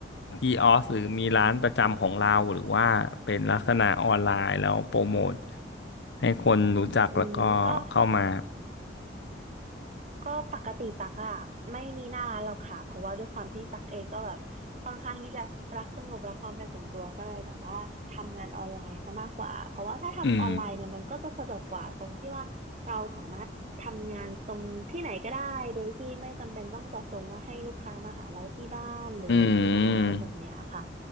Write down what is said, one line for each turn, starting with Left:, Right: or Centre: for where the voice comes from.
Left: กีออสหรือมีร้านประจำของเราหรือว่าเป็นลักษณะออนไลน์แล้วโปรโมทให้คนรู้จักแล้วก็เข้ามา
Right: อืมก็ ก็ปกติตักอะไม่มีหน้าร้านหรอกค่ะเพราะว่าด้วยความที่ตักเองก็แบบค่อนข้างที่จะรักสงบรักความเป็นส่วนตัวก็เลยแบบว่าทำงานออนไลน์ซะมากกว่าเพราะว่าถ้าทำออนไลน์เนี่ยมันก็จะสะดวกกว่าตรงที่ว่าเราสามารถทำงานตรงที่ไหนก็ได้โดยที่ไม่จำเป็นต้องต่อส่งว่าให้ลูกค้ามาหาเราที่บ้านหรือที่หน้าร้านแบบเนี้ยค่ะ
Left: อืมอืม